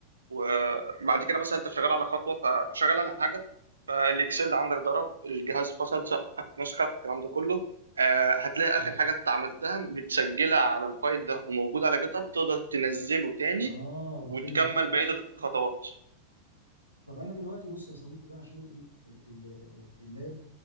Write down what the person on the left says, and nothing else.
اه
اه قلت
لي
طب انا دلوقتي بص يا صديقي بقى عشان ايه ال- ال- اللاب